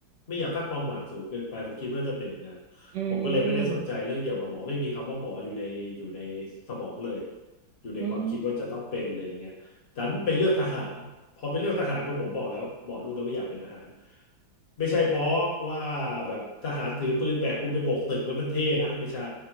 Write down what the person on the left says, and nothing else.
ไม่อยากตั้งความหวังสูงเกินไปผมคิดว่าจะเป็นอย่างนั้น
ผมก็เลยไม่ได้สนใจเรื่องเกี่ยวกับหมอไม่มีคำว่าหมออยู่ในอยู่ในสมองเลยอยู่ในความคิดว่าจะต้องเป็นอะไรอย่างเงี้ยดันไปเลือกทหารพอไปเลือกทหารว่าผมบอกแล้วบอกลูกแล้วว่าอยากเป็นทหาร
ไม่ใช่เพราะว่าแบบทหารถือปืนแบกปืนไปโบกตึกแล้วมันเท่นะไม่ใช่